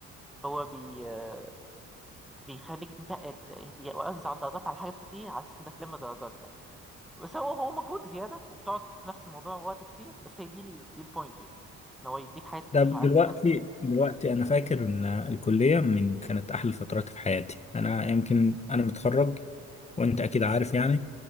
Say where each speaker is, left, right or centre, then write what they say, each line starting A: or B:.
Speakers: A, in the centre; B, on the left.
A: هو بي آه، بيخليك تمتحن بيوزع الدرجات على حاجات كتير على أساس إنك تلم درجات يعني بس هو هو مجهود زياده وبتقعد في نفس الموضوع وقت كتير بس هي دي ال... دي البوينت يعني ان هو يديك حاجات كتير
B: ده دلوقتي
A: عليها
B: دلوقتي انا فاكر ان الكلية من كانت احلى الفترات في حياتي انا يمكن انا متخرج وانت اكيد عارف يعني